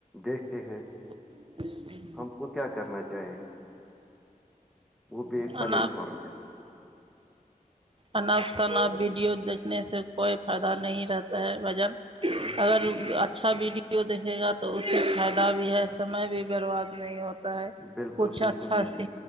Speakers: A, in the centre; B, on the right.
A: دیکھتے ہیں
B: <inaudible>
A: ہم کو کیا کرنا چاہے وہ بھی ایک
B: اور
A: پلیٹ فارم ہے <inaudible>
B: انناپ شناپ ویڈیو دیکھنے سے کوئی فائدہ نہیں رہتا ہے بھائی جن
A: <inaudible>
B: اگر اچھا ویڈیو دیکھے گا تو اس سے فائدہ بھی ہے سمے بھی برباد نہیں ہوتا تا
A: بالکل
B: کچھ
A: بالکل
B: اچھا
A: دیدی
B: س